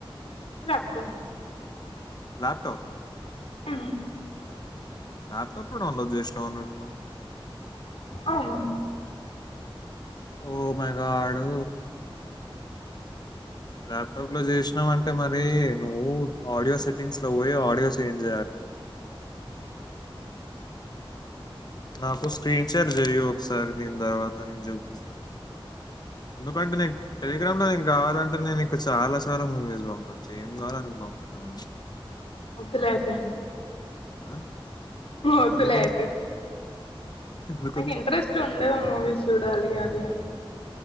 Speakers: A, on the left (about 85°); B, on the left (about 45°).
A: రత్తం
B: ల్యాప్ టాప్
A: హుమ్
B: ల్యాప్ టాప్ లో డౌన్లోడ్ చేసినావ నువ్వు ఇప్పుడు
A: అవును
B: oh my god laptop లో చేసినావ్ అంటే మరీ నువ్వు ఆడియో సెట్ టింగ్స్ లో పోయి ఆడియో చేంజ్ చేయాలి నాకు స్క్రీన్ షేర్ చేయు ఒకసారి దీని తర్వాత నీకు చూపిస్తా ఎందుకంటే నేను టెలిగ్రామ్ లో నే కావాలం అంటే నేను ఇ చాలా చాలా మూవీస్ పంపొచ్చు ఏం కావాలో అవి పంపుతా నేను
A: వద్దులే అయితే
B: ఆ
A: వద్దులే
B: ఎందుకొద్దు
A: అయితే
B: ఎందుకొద్దు?
A: నాకు ఇంట్రెస్ట్ ఉండదు మూవీస్ చూడాలి అది అని